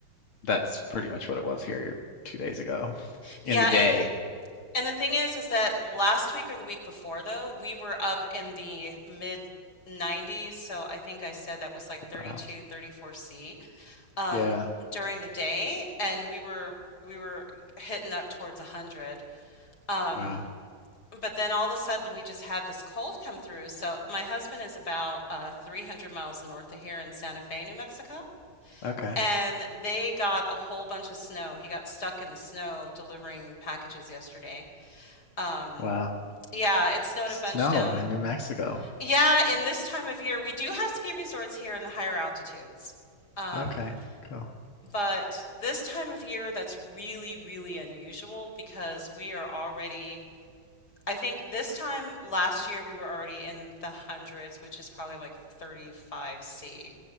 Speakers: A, on the left (about 85°); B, on the left (about 50°).
A: that's pretty much what it was here two days ago
B: yeah,
A: in the day.
B: and And the thing is, is that last week or the week before, though, we were up in the mid 90s. So I think I said that was like thirty-two,
A: Wow.
B: thirty-four c um,
A: Yeah.
B: during the day, and we were we were hitting up towards 100. Um,
A: Wow.
B: but then all of a sudden, we just had this cold come through. So my husband is about uh, 300 miles north of here in Santa Fe, New Mexico.
A: Okay.
B: And they got a whole bunch of snow. He got stuck in the snow delivering packages yesterday. Um,
A: Wow.
B: yeah, it snowed
A: Snow
B: a bunch down.
A: in New Mexico.
B: Yeah, in this time of year, we do have ski resorts here in the higher altitudes. Um,
A: Okay, cool.
B: but this time of year, that's really, really unusual because we are already, I think this time last year, we were already in the hundreds, which is probably like 35 C,